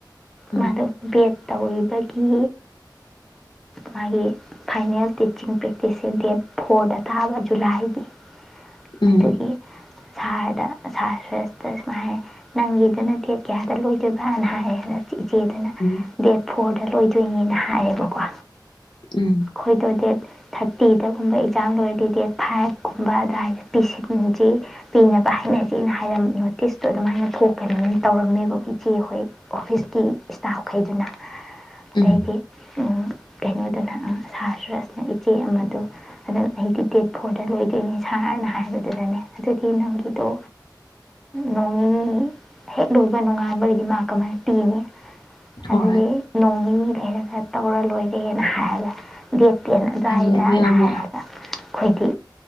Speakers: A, on the left; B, in the centre.
A: ꯎꯝ
B: ꯃꯥꯗ ꯕꯤꯠ ꯇꯧꯔꯤꯕꯒꯤ ꯃꯥꯒꯤ ꯐꯥꯏꯅꯦꯜ ꯇꯤꯆꯤꯡ ꯄ꯭ꯔꯦꯛꯇꯤꯁꯁꯦ ꯗꯦꯠ ꯐꯣꯔꯗ ꯊꯥꯕ ꯖꯨꯂꯥꯏꯒꯤ
A: ꯎꯝ
B: ꯑꯗꯨꯒꯤ ꯁꯥꯍꯔꯗ ꯁꯥꯔ ꯁ꯭ꯔꯦꯁꯇ ꯁꯨꯃꯥꯏ ꯍꯥꯏ ꯅꯪꯒꯤꯗꯨꯅ ꯇꯦꯠ ꯀꯌꯥꯗ ꯂꯣꯏꯗꯣꯏꯕ꯭ꯔꯥꯅ ꯍꯥꯏꯌꯦ ꯏꯆꯦꯗꯅ
A: ꯎꯝ
B: ꯗꯦꯠ ꯐꯣꯔꯗ ꯂꯣꯏ ꯑꯗꯨꯣꯏꯅꯦꯅ ꯍꯥꯏꯔꯦꯕꯀꯣ
A: ꯎꯝ
B: ꯍꯣꯏꯗꯣ ꯊꯥꯔꯇꯤꯗꯒꯨꯝꯕ ꯑꯦꯛꯖꯥꯝ ꯂꯣꯏꯔꯗꯤ ꯗꯦꯠ ꯐꯥꯏꯚꯀꯨꯝꯕ ꯑꯗꯨꯋꯥꯏꯗ ꯄꯤꯁꯤꯟꯁꯤ ꯄꯤꯅꯕ ꯍꯥꯏꯅꯁꯤꯅ ꯍꯥꯏꯔ ꯅꯣꯇꯤꯁꯇꯣ ꯑꯗꯨꯃꯥꯏꯅ ꯊꯣꯛꯀꯅꯤꯅ ꯇꯧꯔꯝꯃꯦꯕ ꯏꯆꯦ ꯑꯩꯈꯣꯏ ꯑꯣꯐꯤꯁ ꯀ ꯏꯁꯇꯥꯞꯈꯩꯗꯨꯅ
A: ꯎꯝ
B: ꯔꯈꯤ ꯎꯝ ꯀꯩꯅꯣꯗꯨꯅ ꯁꯥꯍꯔ ꯁꯨꯔꯁꯅ ꯏꯆꯦ ꯑꯃꯗꯣ ꯑꯗꯨꯅ ꯑꯩꯗꯤ ꯗꯦꯠ ꯐꯣꯔꯗ ꯂꯣꯏꯗꯣꯏꯅꯦ ꯁꯥꯍꯔꯅ ꯍꯥꯏꯕꯗꯨꯗꯅꯦ ꯑꯗꯨꯗꯤ ꯅꯪꯒꯤꯗꯣ ꯅꯣꯡ ꯍꯦꯛ ꯂꯣꯏꯕ ꯅꯣꯉꯥꯟꯕꯒꯤꯗꯤ ꯃꯥ ꯀꯃꯥꯏꯅ ꯇꯅꯦ
A: ꯍꯣꯏ
B: ꯑꯗꯨꯗꯤ
A: ꯍꯣꯏ
B: ꯅꯣꯡ ꯅꯤꯅꯤ ꯂꯩꯔ ꯇꯧꯔ ꯂꯣꯏꯔꯦꯅ ꯍꯥꯏꯔꯒ ꯠ ꯇꯦꯟꯅꯖꯏꯖꯅ
A: ꯐꯩꯌꯦ ꯑꯗꯨ ꯌꯥꯝꯅ
B: ꯍꯥꯏꯔꯒ ꯑꯩꯈꯣꯏꯗꯤ